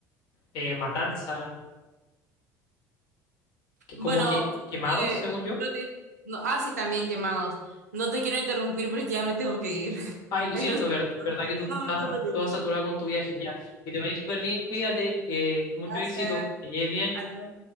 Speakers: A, on the left (about 50°); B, on the right (about 70°).
A: eh, matanza, que es
B: Bueno,
A: como que quemados,
B: eh,
A: según
B: no te
A: yo.
B: quiero te- no- ah, sí, también quemados. No te quiero interrumpir porque ya me tengo que ir. <laughs>
A: Ay, lo
B: Ahí
A: siento,
B: los...
A: ver- verdad que tú
B: No,
A: estás
B: no te preocupes.
A: toda saturada con tu viaje ya. Que te vaya súper bien, cuídate, que mucho
B: Gracias.
A: éxito, que lleves bien.
B: Adiós.